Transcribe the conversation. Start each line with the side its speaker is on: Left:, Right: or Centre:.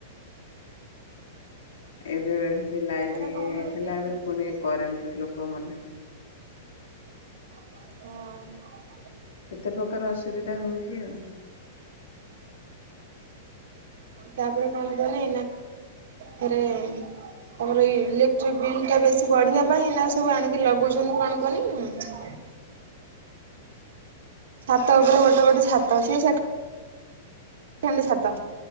Left: ଏବେ ହେଉଛି ଲାଇନ
Right: କଣ କହନି
Left: ହେଲାାରୁ ପୁଣି କରେଣ୍ଟ ଲୋକ ମତେ
Right: ହଁ
Left: ଏତେ ପ୍ରକାର ଅସୁବିଧା ହଉଛି ଆଉ
Right: ତାପରେ କଣ ଗଲେ ଥରେ ତମର ଇଲେକ୍ଟ୍ରିକ ବିଲ୍ ଟା ବେଶୀ ବଢିବା ପାଇଁ ନା ସବୁ ଆଣିକି ଲଗଉଛନ୍ତି କଣ କନି ଛାତ କଲେ ଗୋଟେ ଗୋଟେ ଛାତ ସେ ସେ ଣ୍ଡ ଛାତ